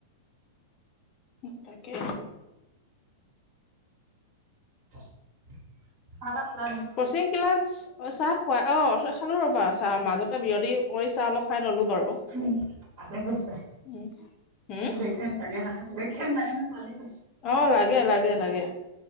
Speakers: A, on the left; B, on the right.
A: তাকে
B: চাহ তাহ খোৱা নি
A: কচিং ক্লাছ চাহ খুৱাই অ খালো ৰ'বা চাহ মাজতে বিয়তি কৰি চাহ অলপ খাই ল'লো বাৰু
B: উম ভালে কৰিছা
A: উম হম
B: বেক থেন লাগে নহয় বেক থেন লাগে নহয় ভালে কৰিছা
A: অ লাগে লাগে লাগে